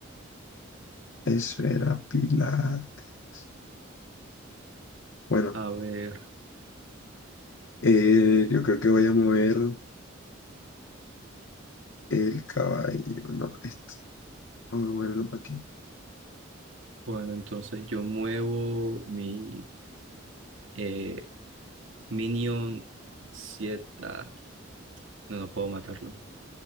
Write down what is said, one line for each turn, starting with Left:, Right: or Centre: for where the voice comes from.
Left: Esfera Pilates. Bueno,
Right: A ver.
Left: eh, yo creo que voy a mover. El caballo, no, esto. Vamos a moverlo para aquí.
Right: Bueno, entonces yo muevo mi eh, Minion 7. ah, no, no puedo matarlo.